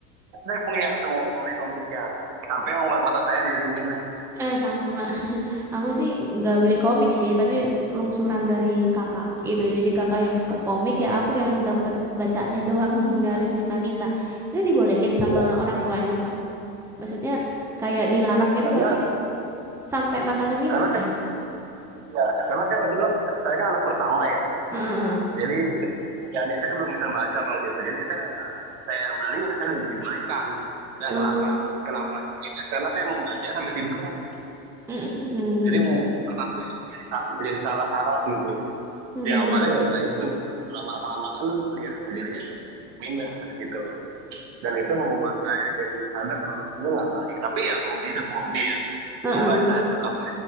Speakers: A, on the right; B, in the centre.
A: Saya punya semua komik-komiknya. Sampai membuat mata saya jadi minus.
B: Eh sama. <laughs> Aku sih nggak beli komik sih, tapi lungsuran dari kakak gitu. Jadi kakak yang suka komik ya aku yang dapet bacanya doang, <laughs> nggak harus minta-minta. Itu dibolehin sama
A: Iya.
B: orang tuanya kak. Maksudnya kayak
A: Iya.
B: dilarang gitu
A: Karena
B: nggak sih? Sampai matanya minus
A: karena saya
B: kan?
A: ya, karena saya waktu itu saya kan anak pertama ya.
B: Heeh.
A: Jadi adik-adik saya belum bisa baca waktu itu. Jadi saya ya, saya beli ya saya dibolehkan. Dan
B: Heeh.
A: kenapa kenapa sih bebas? Karena saya membacanya sambil tiduran.
B: Heeh. Heeh.
A: Jadi membuat mata saya menjadi, menjadi salah saraf gitu ya.
B: Heeh.
A: Ya awalnya gara-gara itu. Lama-kelamaan ya jadinya saya minus gitu loh. Dan itu membuat saya jadi sadar kalau itu nggak baik. Tapi ya hobi itu hobi ya.
B: Heeh.
A: Membaca
B: Heeh.
A: itu adalah